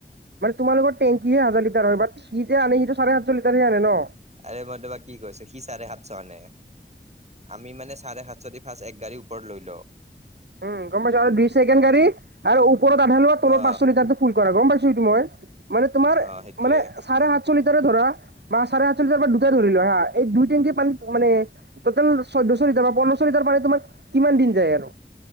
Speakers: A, on the right (about 65°); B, on the right (about 35°).
A: মানে তোমোলোকৰ টেংকি হোজৰ লিটাৰ হয় বাট সি যে আনে সিটো চাৰে সাতশ লিটাৰে আনে ন।
B: আৰে মই তোমাক কি কৈছো সি চাৰে সাতশ আনে আমি মানে চাৰে সাত যদি ফাৰ্ষ্ট এক গাড়ীৰ ওপৰত লৈ ও
A: উম গম পাইছোঁ আৰু দুই ছেকেণ্ড গাড়ী আৰু ওপৰত আধা লোৱা তলৰ
B: অ
A: পাঁচশ লিটাৰটো ফুল কৰা গম পাইছো এইটো মই মানে তোমাৰ
B: অ সেইটোয়ে
A: মানে চাৰে সাত আতশ লিটাৰ ধৰা ম চাৰে আঠশ লিটাৰ বা দুটাই ধৰি লোৱা হা এই দুই টেংকি পানী মানে 'টোটল চৈধ্যশ লিটাৰ বা পোন্ধৰচ লিটাৰ পানী তোমাৰ কিমান দিন যায় আৰু।